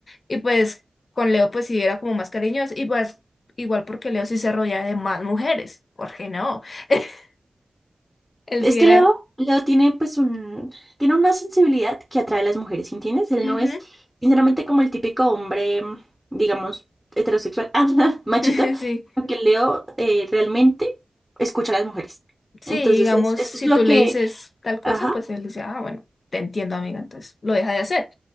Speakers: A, on the left; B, in the centre.
A: Y pues con Leo pues sí era como más cariñoso y pues igual porque Leo sí se rodeaba de más mujeres, Jorge no, <laughs> él
B: Es
A: sí
B: que
A: era,
B: Leo, Leo tiene pues un, tiene una sensibilidad que atrae a las mujeres, ¿entiendes? Él
A: ujú,
B: no es, sinceramente, como el típico hombre, digamos, heterosexual, <laughs> ah, no, machito,
A: <laughs> sí.
B: porque Leo eh, realmente escucha a las mujeres.
A: Sí,
B: Entonces,
A: digamos,
B: es- eso
A: si
B: es lo
A: tú le
B: que,
A: dices tal cosa,
B: ajá.
A: pues él dice, ah, bueno, te entiendo, amiga, entonces lo deja de hacer.